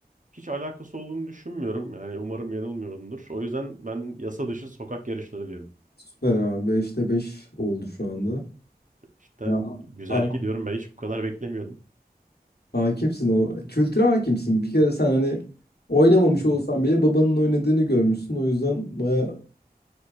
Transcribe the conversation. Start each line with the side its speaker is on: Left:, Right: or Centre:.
Right: hiç alakası olduğunu düşünmüyorum. Yani umarım yanılmıyorumdur. O yüzden ben yasa dışı sokak yarışları diyorum.
Left: Süper abi. beşte 5 oldu şu anda.
Right: İşte
Left: Ya
Right: güzel
Left: ha-
Right: gidiyorum. Ben hiç bu kadar beklemiyordum.
Left: hakimsin o. Kültüre hakimsin. Bir kere sen hani oynamamış
Right: <laughs>
Left: olsan bile babanın oynadığını görmüşsün. O yüzden baya